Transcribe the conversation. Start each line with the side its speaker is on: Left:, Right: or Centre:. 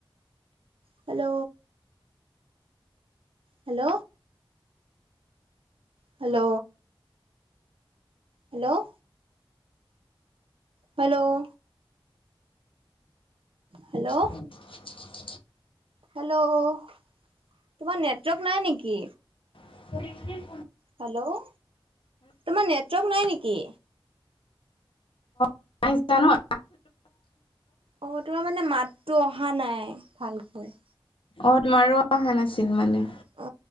Right: Hello. Hello. Hello. Hello, Hello.
Left: <inaudible>
Right: Hello hello, তোমাৰ নেটৱৰ্ক নাই নেকি?
Left: <inaudible>
Right: হেল্ল' তোমাৰ নেটৱৰ্ক নাই নেকি?
Left: প জানো আ।
Right: অ তোমাৰ মানে মাততো অহা নাই ভালকৈ
Left: অ তোমাৰো অহা নাছিল মানে।
Right: অ